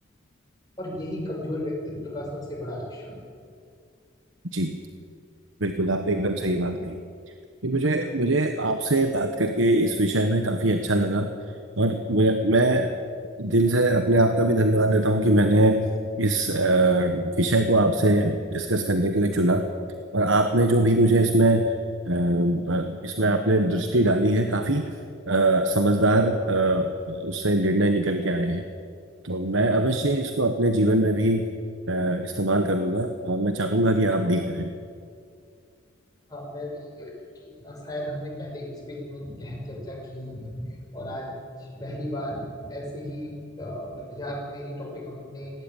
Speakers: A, on the left; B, on the right.
A: और यही कमजोर व्यक्तित्व का सबसे बड़ा लक्षण है
B: जी बिल्कुल आपने एकदम सही बात कही कि मुझे मुझे आपसे बात करके इस विषय में काफी अच्छा लगा और मैं मैं दिल से अपने आप का भी धन्यवाद देता हूँ कि मैंने इस अ, विषय को आपसे डिस्कस करने के लिए चुना और आपने जो भी मुझे इसमें अ, अ, इसमें आपने दृष्टि डाली है काफी अ, समझदार अ, उससे निर्णय निकल के आए हैं तो मैं अवश्य इसको अपने जीवन में भी अ, इस्तेमाल करूंगा और मैं चाहूंगा कि आप भी करें
A: हाँ मैं भी क्योंकि शायद हमने पहले इस पे इतनी गहन चर्चा की ही नहीं और आज पहली बार ऐसे ही अ, मजाक में ये टॉपिक हमने